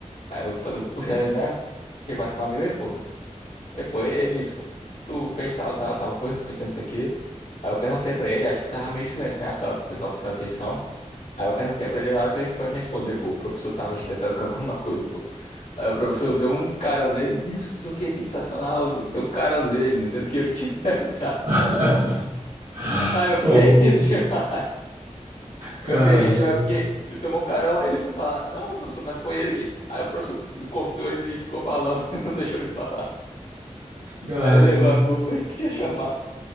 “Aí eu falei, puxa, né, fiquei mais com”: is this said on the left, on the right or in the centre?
Left